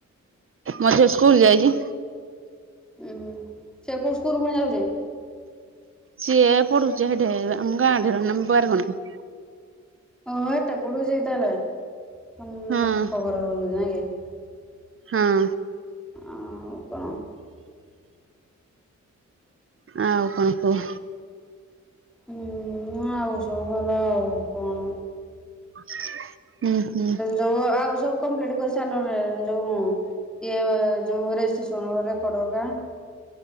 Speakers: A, on the right; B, in the centre.
A: ମଧ୍ୟ ସ୍କୁଲ ଯାଇଜି।
B: ଉୁଁହୁ ସେ କଉ ସ୍କୁଲ ପୁଣି ଯାଉଯି।
A: ସିଏ ପଢୁଚି ହେଢେ ଆମ ଗାଁ ଠାରୁ ବାରଗଣ
B: ଓଁ ହେଟେ ପୁଡୁଯି ତାହେଲେ ତମ
A: ହଁ
B: କଟକ ରେ ରହୁଜ ନାଇଁ କି।
A: ହଁ।
B: ଆଉ କଣ।
A: ଆଉ କଣ କହ?
B: ହୁଁ ଆଉ ସବୁ ଭଲ ଆଉ କଣ।
A: <inaudible> ହୁଁ
B: ଯୋଉ ଆଉ ସବୁ କମ୍ପ୍ଲିଟ କରି ସାରିଲନେ ଯୋଉ <unintelligible>